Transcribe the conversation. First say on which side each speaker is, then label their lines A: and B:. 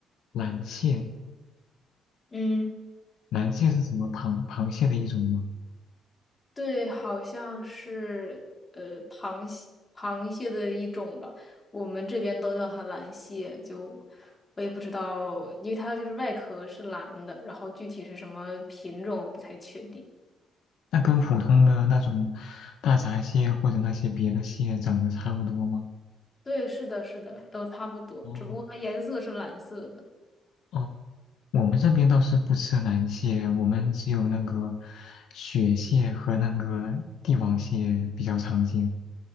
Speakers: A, on the left; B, on the left.
A: 蓝蟹，
B: 嗯。
A: 蓝蟹是什么螃螃蟹的一种吗？
B: 对，好像是呃螃蟹螃蟹的一种吧，我们这边都叫它蓝蟹，就我也不知道，因为它就是外壳是蓝的，然后具体是什么品种不太确定。
A: 那跟普通的那种大闸蟹或者那些别的蟹长得差不多吗？
B: 对，是的，是的，都差不多，
A: 哦
B: 只不过它颜色是蓝色的。
A: 哦，我们这边倒是不吃南蟹，我们只有那个雪蟹和那个帝王蟹比较常见。